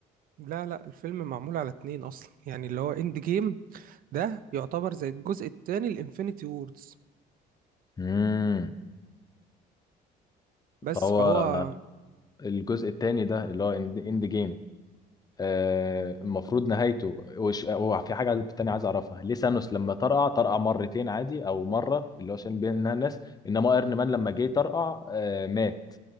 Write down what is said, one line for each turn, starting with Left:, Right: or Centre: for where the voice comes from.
Right: لا لا الفيلم معمول على اتنين اصلا يعني اللي هو اند جيم ده يعتبر زي الجزء التاني لانفينيتي وورز
Left: امم
Right: بس
Left: فهو
Right: فهو
Left: الجزء التاني ده اللي هو اند جيم آه، المفروض نهايته وش- هو في حاجة تانية عايز أعرفها ليه سانوس لما طرقع طرقع مرتين عادي أو مرة اللي هو عشان بينها الناس إنما ايرن مان لما جه طرقع آه، مات